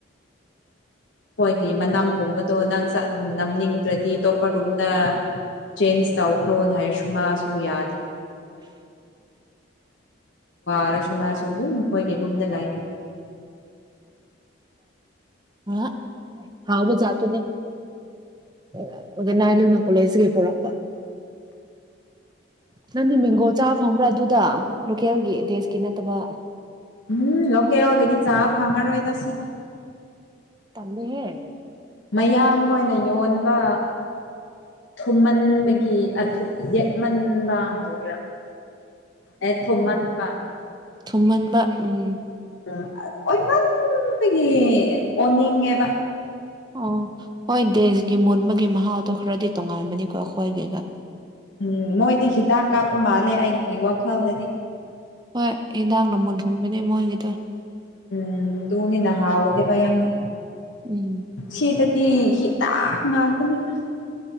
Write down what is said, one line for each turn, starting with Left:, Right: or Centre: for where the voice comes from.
Left: ꯍꯣꯏꯒꯤ ꯃꯅꯝꯒꯨꯝꯕꯗꯣ ꯅꯪ ꯆ ꯎ ꯅꯝꯅꯤꯡꯗ꯭ꯔꯗꯤ ꯑꯇꯣꯞꯄꯗꯣꯝꯗ ꯆꯦꯟꯖ ꯇꯧꯈ꯭ꯔꯣꯅ ꯍꯥꯏꯔꯁꯨ ꯃꯥ ꯌꯥꯗ ꯑꯔꯁꯨ ꯃꯥ ꯁꯗꯨ ꯑꯩꯈꯣꯏꯒꯤꯒꯨꯝꯅ ꯂꯥꯛꯑ
Right: ꯎ ꯑ ꯍꯥꯎ ꯃꯣꯅꯦ ꯑꯗꯨꯗ ꯅꯥꯏ ꯂꯨꯅ ꯀꯣꯂꯦꯖꯒꯤ ꯄꯨꯔꯛꯄ ꯅꯪꯗꯤ ꯃꯤꯡꯒꯣ ꯆꯥꯕ ꯐꯪꯕ꯭ꯔꯥ ꯑꯗꯨꯗ ꯂꯣꯀꯦꯜꯒꯤ ꯗꯦꯖꯀꯤ ꯅꯠꯇꯕ
Left: ꯎꯝ ꯂꯀꯦ ꯋꯥꯒꯦꯗꯤ ꯆꯥ ꯐꯉꯔ ꯑꯣꯏꯣꯏ ꯇ ꯁꯤꯗ
Right: ꯇꯝꯃꯤꯦ
Left: ꯃꯌꯥꯡꯒ ꯑꯣꯏꯅ ꯌꯣꯟꯕ ꯊꯨꯝꯃꯟꯕꯒꯤ ꯌꯦꯛꯃꯟꯕ ꯍꯥꯏꯒꯦꯔꯥ ꯑꯦ ꯊꯨꯃ ꯊꯄꯥ
Right: ꯊꯨꯝꯍꯟꯕ ꯎꯝ
Left: ꯎ ꯑꯣꯏꯃꯟꯗꯒꯤ ꯑꯣꯅꯤꯡꯉꯦꯕ
Right: ꯑꯣ ꯍꯣꯏ ꯗꯦꯁꯀꯤ ꯃꯨꯟꯕꯒꯤ ꯃꯍꯥꯎꯗꯣ ꯈꯔꯗꯤ ꯇꯣꯉꯥꯏꯥꯟꯕꯅꯤꯀꯣ ꯑꯩꯈꯣꯏꯒꯤꯒ
Left: ꯎꯝ ꯃꯣꯏꯗꯤ ꯍꯤꯗꯥꯛ ꯀꯥꯞꯄ ꯃꯥꯜꯂꯦ ꯑꯩꯒꯤ ꯋꯥꯈꯜꯗꯗꯤ
Right: ꯍꯣꯏ ꯍꯤꯗꯥꯛꯅ ꯃꯨꯟꯊꯟꯕꯅꯦ ꯃꯣꯏꯒꯤꯗꯣ
Left: ꯎꯝ ꯗꯨꯅꯤꯅ ꯍꯥꯎꯏꯗꯤ ꯌꯥꯝꯅ
Right: ꯎꯝ
Left: ꯁꯤꯇꯗꯤ ꯍꯤꯥꯗꯥꯛ ꯉꯥꯛꯇꯅꯤꯗ